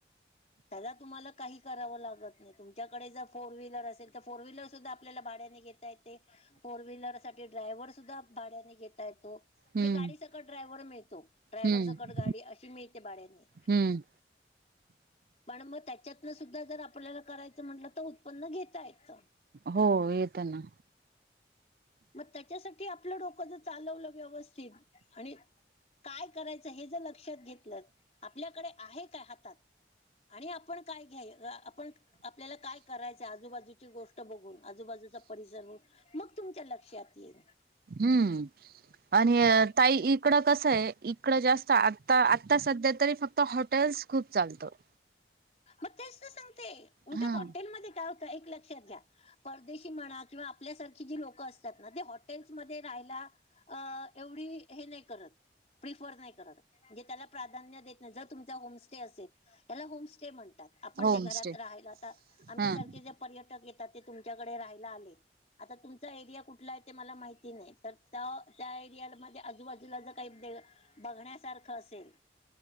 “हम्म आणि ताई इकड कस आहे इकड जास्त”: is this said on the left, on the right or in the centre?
Right